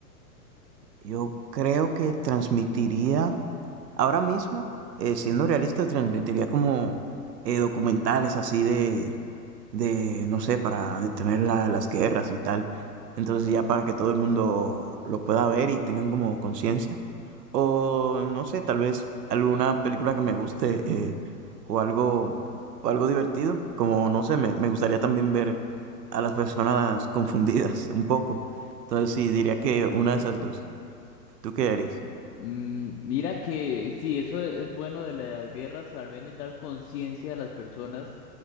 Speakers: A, on the right; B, on the left.
A: yo creo que transmitiría Ahora mismo, eh, siendo realista, transmitiría como eh, documentales así de, de, no sé, para detener la- las guerras y tal. Entonces ya para que todo el mundo lo pueda ver y tengan como conciencia. O no sé, tal vez alguna película que me guste eh, o algo, o algo divertido. Como, no sé, me, me gustaría también ver a las personas confundidas <laughs> un poco. Entonces sí, diría que una de esas dos. ¿Tú qué harías?
B: Mm, mira que sí, eso es es bueno de la- de las guerras, o al menos dar conciencia a las personas